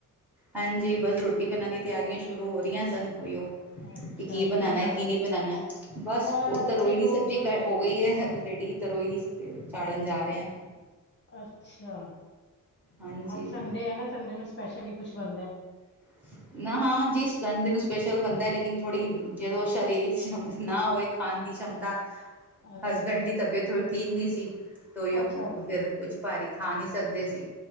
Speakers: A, in the centre; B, on the left.
A: ਹਾਂਜੀ ਬਸ ਰੋਟੀ ਬਨਨ ਦੀਆ ਤਿਆਰੀਆਂ ਸ਼ੁਰੂ ਹੋ ਰਈਆਂ ਸਨ ਓਈਓ।
B: ਅੱਛਾ
A: ਕੀ ਬਨਾਨਾ
B: ਬਣਾ
A: ਐ ਕੀ
B: ਰਹੇ
A: ਨਈ ਬਨਾਨਾ, ਬਸ
B: ਇਹ
A: ਓ ਤਰੋਈ
B: ਤੇ
A: ਦੀ
B: ਰੋਜ਼
A: ਸਬਜ਼ੀ ਹੋ ਗਈ ਐ। ਰੇਡੀ ਤਰੋਈ ਦੀ ਚਾੜਨ ਜਾ ਰਏ ਆਂ।
B: ਅੱਛਾ,
A: ਹਾਂਜੀ
B: ਅੱਜ ਸੰਡੇ ਐ ਨਾ ਸੰਡੇ ਨੂੰ ਸਪੈਸ਼ਲੀ ਕੁਛ ਬਨਦੈ।
A: <unintelligible> ਨਾ, ਹਾਂਜੀ ਸੰਡੇ ਨੂੰ ਸਪੈਸ਼ਲ ਬਨਦੈ ਲੇਕਿਨ ਥੋੜੀ ਜਦੋਂ ਸ਼ਾਰੀਰਕ ਨਾ ਹੋਏ ਖਾਨ ਦੀ ਸ਼ਮਤਾ
B: ਹੈ। ਅੱਛਾ
A: ਹਸਬੈਂਡ ਦੀ ਤਬੀਅਤ ਥੋੜੀ ਠੀਕ ਨੀ ਸੀ, ਤੇ ਓਈਓ
B: ਅੱਛਾ ਅੱਛਾ
A: ਫਿਰ- ਕੁਛ ਭਾਰੀ ਖਾ ਨੀ ਸਕਦੇ ਸੀ।